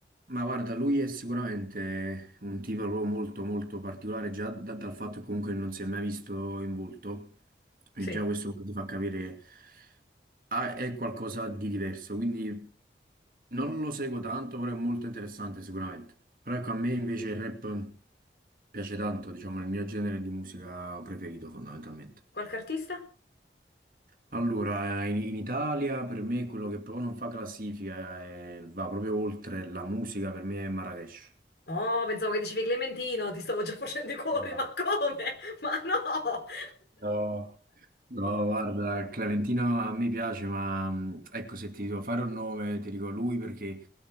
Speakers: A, on the right; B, on the left.
A: Ma guarda, lui è sicuramente un tipo proprio molto molto particolare, già da- dal fatto che comunque non si è mai visto in volto, quindi
B: Sì,
A: già questo ti fa capire ah, è qualcosa di diverso, quindi non lo seguo tanto, però è molto interessante sicuramente. Però ecco, a me invece il rap piace tanto, diciamo, è il mio genere di musica preferito fondamentalmente.
B: qualche artista?
A: Allora, eh, in, in Italia per me quello che proprio non fa classifica e va proprio oltre la musica, per me è Marrakesh.
B: Oh, pensavo che dicevi Clementino, ti stavo già facendo i cuori,
A: No,
B: ma come? Ma no! <laughs>
A: no, no, guarda, Clementino a me piace, ma mh, ecco, se ti devo fare un nome, ti dico lui perché